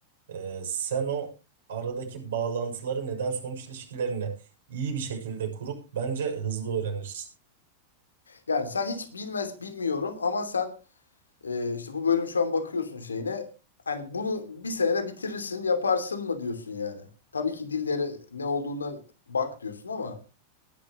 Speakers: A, on the right; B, on the left.
A: e, sen o aradaki bağlantıları neden sonuç ilişkilerini iyi bir şekilde kurup bence hızlı öğrenirsin.
B: Yani sen hiç bilmez bilmiyorum ama sen Ee, işte bu bölüm şu an bakıyorsun şeyine. Hani bunu bir senede bitirirsin, yaparsın mı diyorsun yani. Tabii ki dillere ne olduğuna bak diyorsun ama